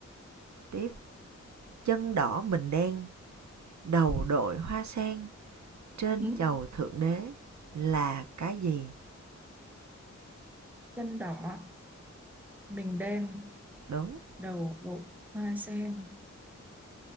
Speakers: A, on the right; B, in the centre.
A: Tiếp chân đỏ mình đen, đầu đội hoa sen, trên
B: Ừ.
A: chầu thượng đế là cái gì?
B: Chân đỏ, mình đen,
A: Đúng,
B: đầu bộ hoa sen.